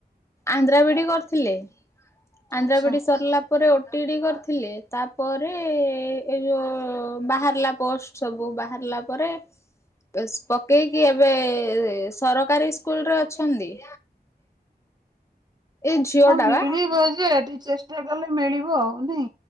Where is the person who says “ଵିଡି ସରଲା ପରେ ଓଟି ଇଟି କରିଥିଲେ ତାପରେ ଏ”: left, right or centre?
Left